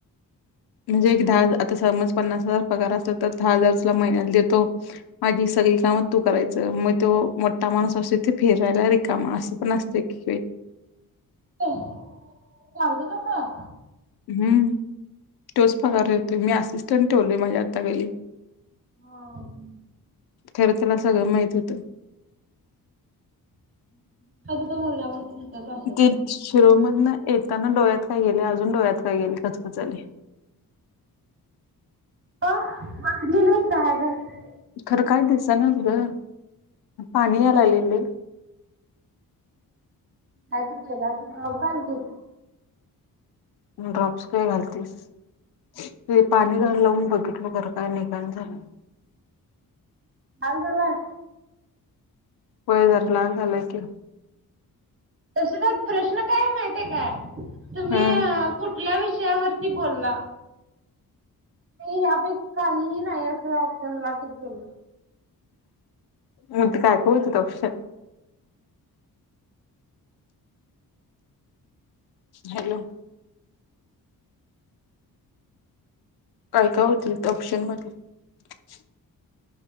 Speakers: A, on the left; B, on the right.
A: म्हणजे एक दहा आता समज पन्नास हजार पगार असला तर दहा हजार तुला महिन्याला देतो माझी सगळी कामं तू करायचं, मग तो मोठा माणूस असतोय तो फिरायला रिकामा असं पण असतं की
B: <unintelligible> चालतंय तस.
A: हम्म तोच पगार देतोय, मी असिस्टंट ठेवलय माझ्या हाताखाली.
B: हा
A: खर तेला सगळं माहित होत.
B: <unintelligible> आता तो मुलगा मग तिथंच असेल.
A: ते शिरोळ मधन येताना डोळ्यात काय गेले अजून डोळ्यात काय गेले खचकचा लय.
B: मग बघितली नाहीस काय हाय काय.
A: खरं काय दिसणाच ग, पाणी या लागलय लय.
B: कायतरी गेल असल ड्रॉप घाल की.
A: ड्रॉप्स काय घालतीस, ते पाणी लावून बघितलो खरं काय निघाना झालंय.
B: लाल झालाय?
A: होय जरा लाल झालाय कि.
B: तस तर प्रश्न काय महित आहे काय तुम्ही
A: हम्म
B: कुठ कुठल्या विषयावरती बोलला यापे काहीही नाही असं ला ट केल
A: मुद कायकत तौश हॅलो. काय काय होतील ऑप्शनमध्येध्ये